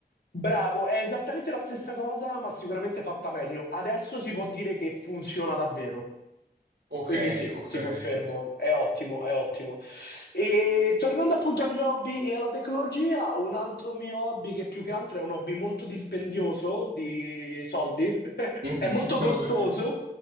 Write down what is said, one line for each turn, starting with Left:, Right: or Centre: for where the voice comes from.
Left: bravo. È esattamente la stessa cosa, ma sicuramente fatta meglio. Adesso si può dire che funziona davvero.
Right: Okay,
Left: Quindi sì,
Right: okay.
Left: ti confermo, è ottimo, è ottimo. E tornando appunto agli hobby e alla tecnologia, un altro mio hobby che più che altro è un hobby molto dispendioso di soldi, <laughs>
Right: Mh-mh,
Left: è molto costoso,
Right: <laughs> okay,